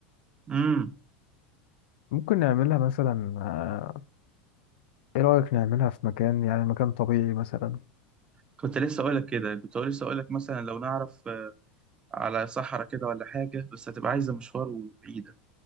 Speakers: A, on the right; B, on the left.
A: امم
B: ممكن نعملها مثلا آه، إيه رأيك نعملها في مكان يعني مكان طبيعي مثلا
A: كنت لسه أقولك كده كنت لسه أقولك مثلا لو نعرف آه، على صحراء كده ولا حاجة بس هتبقى عايزة مشوار وبعيدة